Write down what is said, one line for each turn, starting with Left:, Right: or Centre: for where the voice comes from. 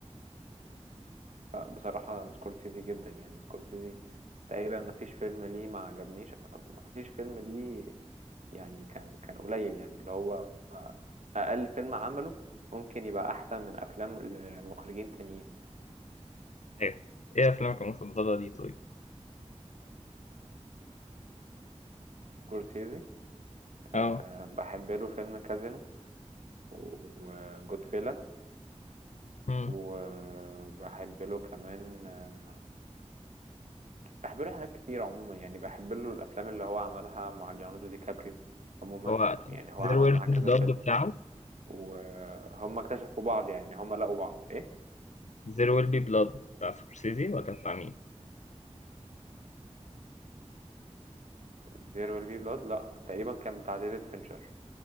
Right: لا بصراحة سكورسيزي جدا يعني سكورسيزي تقريبا ما فيش فيلم ليه ما عجبنيش أو ما فيش فيلم ليه يعني كان كان قليل يعني اللي هو أقل فيلم عمله ممكن يبقى أحسن من أفلام لمخرجين تانيين
Left: ايوه ايه افلامك المفضله دي طيب
Right: سكورسيزي
Left: اه
Right: أه بحب له فيلم كازينو وجود فيلا
Left: مم.
Right: وبحب له كمان آه، بحب له حاجات كتير عموما يعني بحب له الأفلام اللي هو عملها مع ليوناردو دي كابريو عموما
Left: هو
Right: يعني هو
Left: زير
Right: عمل
Left: ويل
Right: معاه
Left: بي
Right: كذا
Left: بلاد
Right: فيلم
Left: بتاعه
Right: وهم اكتشفوا بعض يعني هم لقوا بعض ايه
Left: زير ويل بي بلاد بتاع سكورسيزي ولا بتاع مين؟
Right: There will be blood لا تقريبا كان بتاع ديفيد فينشر